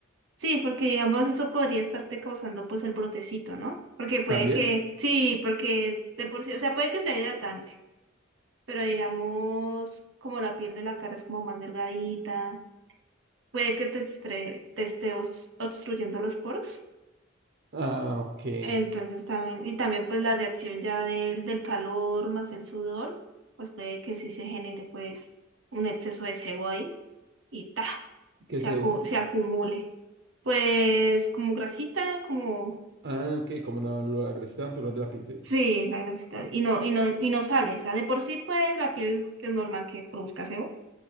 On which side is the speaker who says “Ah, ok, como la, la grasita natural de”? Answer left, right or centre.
Right